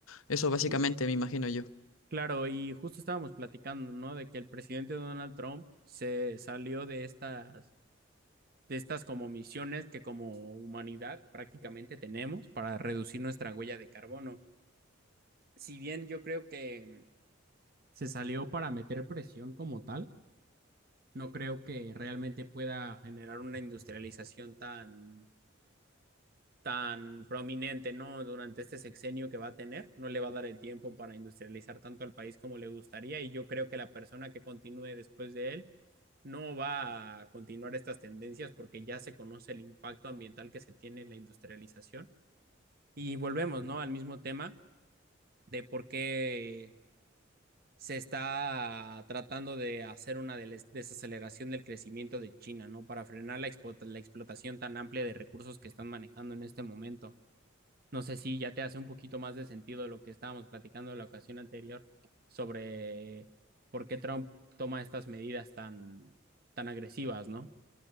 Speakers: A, on the left; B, on the right.
A: Eso básicamente
B: L-
A: me imagino yo.
B: Claro, y justo estábamos platicando, ¿no? De que el presidente Donald Trump se salió de estas, de estas como misiones que como humanidad prácticamente tenemos para reducir nuestra huella de carbono. Si bien yo creo que se salió para meter presión como tal, no creo que realmente pueda generar una industrialización tan tan prominente, ¿no? Durante este sexenio que va a tener, no le va a dar el tiempo para industrializar tanto al país como le gustaría y yo creo que la persona que continúe después de él no va a continuar estas tendencias porque ya se conoce el impacto ambiental que se tiene en la industrialización y volvemos, ¿no? Al mismo tema de por qué se está tratando de hacer una desaceleración del crecimiento de China, ¿no? Para frenar la, explota la explotación tan amplia de recursos que están manejando en este momento. No sé si ya te hace un poquito más de sentido lo que estábamos platicando en la ocasión anterior sobre por qué Trump toma estas medidas tan, tan agresivas, ¿no?